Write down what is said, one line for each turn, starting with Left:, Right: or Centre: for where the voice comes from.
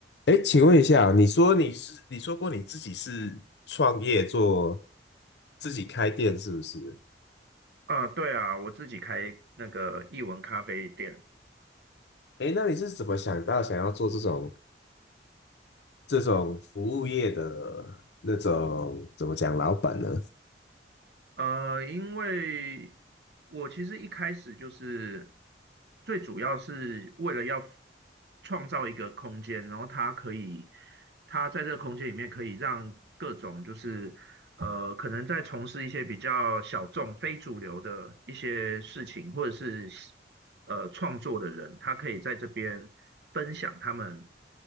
Left: 哎，请问一下，你说你是你说过你自己是创业做自己开店是不是？
Right: 啊，对啊，我自己开那个译文咖啡店。
Left: 哎，那你是怎么想到想要做这种这种服务业的那种怎么讲老板呢？
Right: 呃，因为我其实一开始就是最主要是为了要创造一个空间，然后他可以，他在这个空间里面可以让各种就是呃，可能在从事一些比较小众、非主流的一些事情，或者是呃创作的人，他可以在这边分享他们